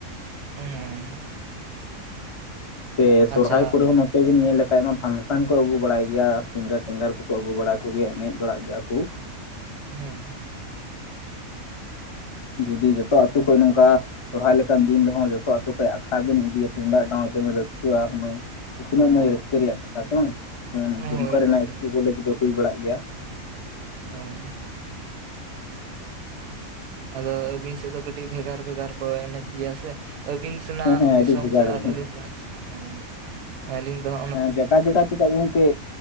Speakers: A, on the right; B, on the left.
A: <unintelligible>
B: ᱛᱮ ᱥᱚᱨᱦᱟᱭ
A: ᱟᱪᱪᱷᱟ
B: ᱠᱚᱨᱮ ᱦᱚᱸ ᱱᱚ ᱱᱚᱛᱮ ᱵᱤᱱ ᱧᱮᱞ ᱞᱮᱠᱷᱟᱭ ᱢᱟ ᱯᱷᱟᱱᱥᱟᱱ ᱠᱚ ᱟᱹᱜᱩ ᱵᱟᱲᱟᱭ ᱜᱮᱭᱟ ᱥᱤᱝᱜᱟᱨ ᱴᱤᱝᱜᱟᱨ ᱠᱚᱠᱚ ᱟᱹᱜᱩ ᱵᱟᱲᱟ ᱠᱚᱜᱮ ᱮᱱᱮᱡ ᱵᱟᱲᱟᱜ ᱜᱮᱭᱟ ᱠᱩ ᱾
A: ᱦᱩᱸᱜ ᱾
B: ᱡᱩᱫᱤ ᱡᱚᱛᱚ ᱟᱹᱛᱩ ᱠᱚ ᱱᱚᱝᱠᱟᱜᱼᱟ ᱾ ᱥᱚᱨᱦᱟᱭᱚᱜ ᱞᱮᱠᱟᱱ ᱫᱤᱱ ᱨᱮᱦᱚᱸ ᱡᱚᱛᱚ ᱟᱛᱳ ᱠᱷᱚᱭᱟᱜ ᱟᱠᱷᱟᱲᱟ ᱵᱤᱱ ᱤᱫᱤᱭᱟ ᱛᱩᱢᱫᱟᱜ ᱴᱟᱢᱟᱠ ᱛᱮᱵᱤᱱ ᱨᱟᱹᱥᱠᱟᱹᱜᱼᱟ ᱦᱩᱱᱟᱹᱝ ᱾ ᱛᱤᱱᱟᱹᱜ ᱢᱚᱸᱡᱽ ᱨᱟᱹᱥᱠᱟᱹ ᱨᱮᱭᱟᱜ ᱠᱟᱛᱷᱟ ᱥᱮ ᱵᱟᱝ
A: ᱦᱳᱭ
B: ᱰᱩᱢᱠᱟᱹ ᱨᱮᱱᱟᱜ
A: ᱦᱳᱭ
B: ᱮᱥ
A: ᱦᱳᱭ
B: ᱠᱤ ᱠᱚᱞᱮᱡᱽ ᱫᱚ ᱦᱩᱭ ᱵᱟᱲᱟᱜ ᱜᱮᱭᱟ ᱾
A: ᱦᱩᱸ ᱾ ᱟᱫᱚ ᱟᱹᱵᱤᱱ ᱥᱮᱫ ᱫᱚ ᱠᱟᱹᱴᱤᱡ ᱵᱷᱮᱜᱟᱨ ᱵᱷᱮᱜᱟᱨ ᱠᱚ ᱮᱱᱮᱡ ᱜᱮᱭᱟ ᱥᱮ ᱟᱹᱵᱤᱱ ᱱᱟᱜ
B: ᱦᱮᱸ ᱦᱮᱸ
A: ᱫᱤᱥᱚᱢ
B: ᱟᱹᱰᱤ ᱵᱷᱮᱜᱟᱨ
A: ᱥᱮ ᱟᱨ
B: ᱜᱮ
A: ᱟᱹᱞᱤᱧ ᱥᱮᱱᱟᱜ ᱫᱤᱥᱚᱢ ᱦᱚᱸ ᱟᱹᱞᱤᱧ ᱫᱚᱜ
B: ᱦᱮᱸ ᱡᱮᱠᱟ ᱡᱮᱠᱟ ᱛᱮᱫᱚ ᱜᱚᱝᱠᱮ